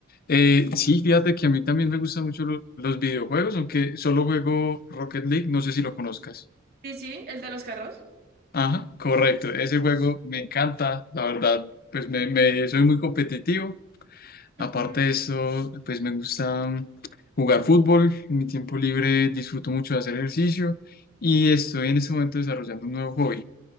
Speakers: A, on the left; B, on the right.
A: Eh, sí, fíjate que a mí también me gustan mucho lo- los videojuegos, aunque solo juego Rocket League, no sé si lo conozcas.
B: Sí, sí, el de los carros.
A: Ajá, correcto. Ese juego me encanta, la verdad, pues me, me- soy muy competitivo.
B: Ujú.
A: Aparte de eso, pues me gusta mm, jugar fútbol. En mi tiempo libre disfruto mucho de hacer ejercicio y estoy en este momento desarrollando un nuevo hobby.